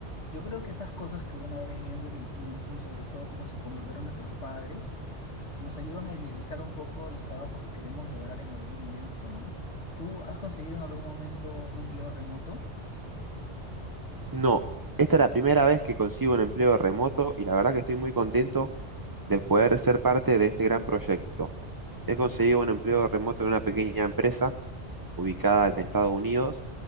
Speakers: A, on the left; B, on the right.
A: Yo creo que esas cosas que uno va viviendo en el tiempo y sobre todo cómo se comportaron nuestros padres, nos ayudan a idealizar un poco los trabajos que queremos lograr en algún momento, ¿no? ¿Tú has conseguido en algún momento un empleo remoto?
B: No, esta es la primera vez que consigo un empleo remoto y la verdad que estoy muy contento de poder ser parte de este gran proyecto. He conseguido un empleo remoto en una pequeña empresa ubicada en Estados Unidos